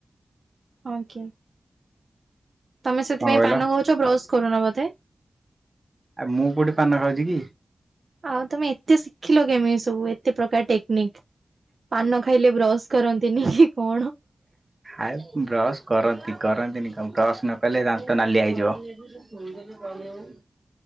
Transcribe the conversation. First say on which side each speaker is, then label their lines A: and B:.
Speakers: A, on the right; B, on the right.
A: ଆଜ୍ଞା। ତମେ ସେଥିପାଇଁ
B: କଣ କହିଲ
A: ପାନ କହୁଛ ବ୍ରସ କରୁନ ବୋଧେ।
B: ଆଉ ମୁଁ କୋଉଠି ପାନ ଖାଉଛି କି।
A: ଆଉ ତମେ ଏତେ ଶିଖିଲ କେମିତି ସବୁ ଏତେ ପ୍ରକାର ଟେକ୍ନିକ। ପାନ ଖାଇଲେ ବ୍ରଶ କରନ୍ତିନି। କଣ?
B: ଆଉ ବ୍ରସ୍ କରନ୍ତି କରନ୍ତିନି କଣ ବ୍ରସ୍ ନ କରିଲେ ଦାନ୍ତ ନାଲିଆ ହେଇଯିବ।